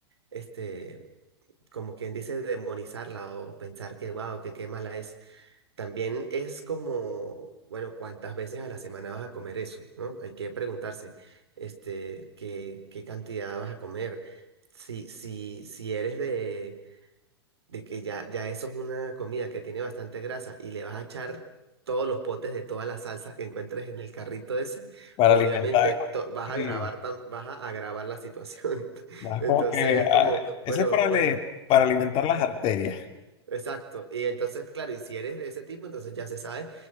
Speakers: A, on the right; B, on the left.
A: este, como quien dice, demonizarla o pensar que, wow, que qué mala es. También es como, bueno, cuántas veces a la semana vas a comer eso, ¿no? Hay que preguntarse, este, qué, qué cantidad vas a comer. Si, si, si eres de, de que ya, ya eso es una comida que tiene bastante grasa y le vas a echar todos los potes de todas las salsas que encuentres en el carrito ese,
B: para
A: obviamente
B: alimentar.
A: to- vas
B: Sí,
A: a agravar, tam- vas a agravar la situación. <laughs>
B: más
A: Entonces
B: como que
A: es como,
B: ah, ese
A: bueno,
B: es para,
A: bueno.
B: le- para alimentar las arterias.
A: Exacto. Y entonces, claro, y si eres de ese tipo, entonces ya se sabe